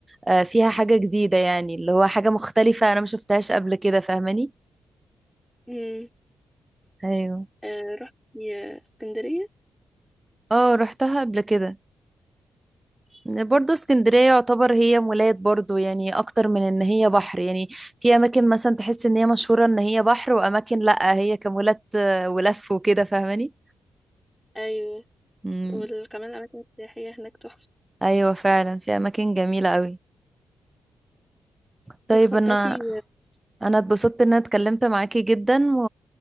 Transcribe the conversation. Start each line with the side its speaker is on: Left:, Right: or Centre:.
Right: آه، فيها حاجه جديده يعني اللي هو حاجه مختلفه انا ما شفتهاش قبل كده فاهماني
Centre: مم.
Right: ايوه
Centre: آه رحت اسكندرية
Right: اه روحتها قبل كده برضو اسكندرية يعتبر هي مولات برضو يعني أكتر من إن هي بحر يعني في أماكن مثلا تحس إن هي مشهورة إن هي بحر وأماكن لأ هي كمولات آه، ولف وكده فاهماني
Centre: أيوه
Right: مم.
Centre: وكمان الأماكن السياحية هناك تحفة
Right: ايوه فعلا في اماكن جميله قوي طيب
Centre: بتخططي
Right: انا انا اتبسطت ان انا اتكلمت معاكي جدا و...